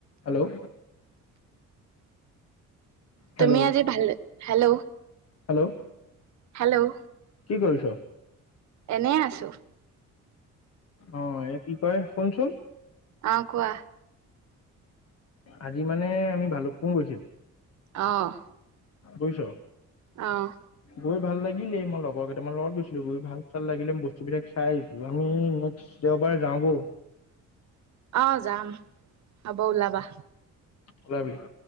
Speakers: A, on the left; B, on the right.
A: hello Hello
B: তুমি আজি ভাল, হেল্ল,
A: হেল্ল'
B: ' হেল্ল',
A: কি কৰিছ
B: এনে আছোঁ।
A: অহ, এ কি তই শুনচোন।
B: আ কোৱা।
A: আজি মানে আমি ভালুকপুং গৈছিলোঁ।
B: অহ।
A: বুইছ।
B: অহ।
A: গৈ ভাল লাগিলেই, মই লগৰ কেইটামান লগত গৈছিলোঁ। গৈ ভাল-চাল লাগিলে, বস্তুবিলাক চাই আহিছোঁ। আমি নেক্সট দেওবাৰ যাওঁ বল।
B: অহ যাম। হ'ব, ওলাবা।
A: উলাবি।